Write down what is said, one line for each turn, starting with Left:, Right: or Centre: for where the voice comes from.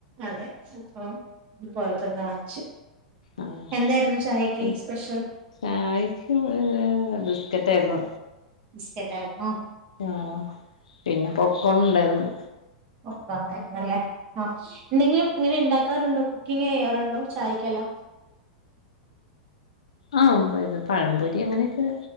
Right: അതെ അപ്പം ഇന്ന് പൊറത്തുന്ന് വാങ്ങിച്ചു.
Left: ആഹ്
Right: എന്തായിരുന്നു ചായയ്ക്ക്
Left: പിന്നെ
Right: സ്പെഷ്യൽ?
Left: ചായക്ക് ഏഹ് ബിസ്ക്കറ്റായിരുന്നു.
Right: ബിസ്കറ്റായ്ര്ന്നോ?
Left: ആഹ്. പിന്നെ പോപ്കോൺ ഉണ്ടായിരുന്ന്.
Right: പോപ് കോൺ ഇണ്ടായ്ര്ന്നല്ലേ. ആഹ് എന്തെങ്കിലും ഇങ്ങനെ ഇണ്ടാക്കാറുണ്ടോ കുക്കിംങ്ങെയ്യാറുണ്ടോ ചായയ്ക്കെല്ലാം?
Left: ആഹ് ഇത് പഴംപൊരി അങ്ങനെയൊക്കെ